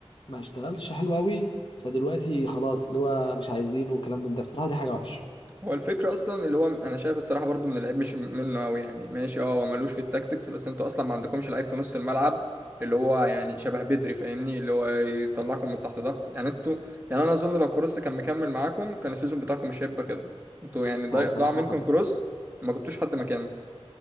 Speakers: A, on the left; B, on the right.
A: ما اشتغلش حلو قوي فدلوقتي خلاص اللي هو مش عايزينه والكلام من ده بصراحة دي حاجة وحشة
B: هو الفكرة أصلا اللي هو أنا شايف الصراحة برضو إن اللعيب مش منه أوي يعني ماشي أه هو ملوش في التاكتكس بس أنتوا أصلا ما عندكمش لعيب في نص الملعب اللي هو يعني شبه بدري فاهمني اللي هو يطلعكم من تحت ضغط يعني أنتوا يعني أنا أظن لو كروس كان مكمل معاكم كان السيزون بتاعكم مش هيبقى كده أنتوا يعني ضايع
A: هو بصراحة
B: ضاع منكم
A: حصل
B: كروس ما جبتوش حد مكانه